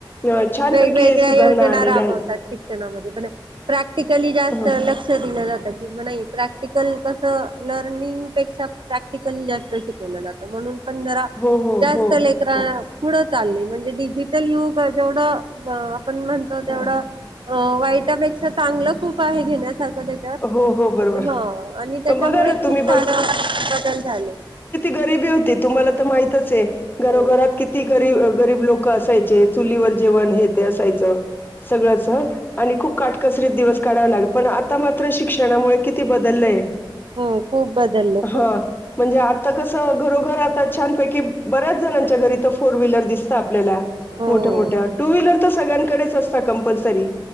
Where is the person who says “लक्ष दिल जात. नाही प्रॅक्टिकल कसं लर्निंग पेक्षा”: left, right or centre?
Right